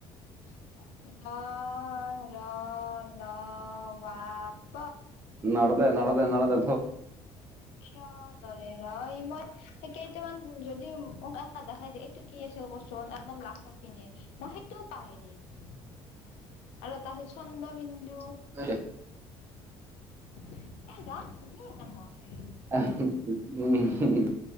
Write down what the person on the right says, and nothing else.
নডদে, নদে, নডদে
<inaudible>
<unintelligible>